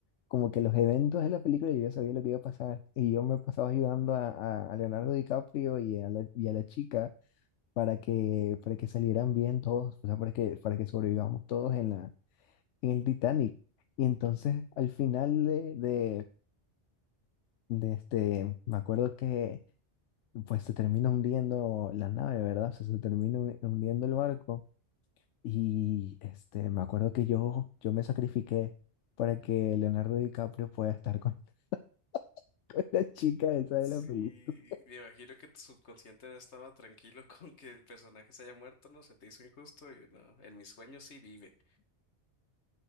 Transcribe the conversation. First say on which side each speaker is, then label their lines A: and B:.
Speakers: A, on the left; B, on the left.
A: como que los eventos de la película, yo ya sabía lo que iba a pasar. Y yo me pasaba ayudando a, a- a Leonardo DiCaprio y a la, y a la chica para que, para que salieran bien todos, o sea, para que, para que sobrevivamos todos en la, en el Titanic. Y entonces, al final de, de, de este, me acuerdo que Pues se termina hundiendo la nave, ¿verdad? O sea, se termina hu- hundiendo el barco. Y este, me acuerdo que yo, yo me sacrifiqué para que Leonardo DiCaprio pueda estar con, <laughs> con la chica esa de
B: Sí,
A: la película.
B: me imagino que tu subconsciente no estaba tranquilo <laughs> con que el personaje se haya muerto, ¿no? Se te hizo injusto y no, en mis sueños sí vive.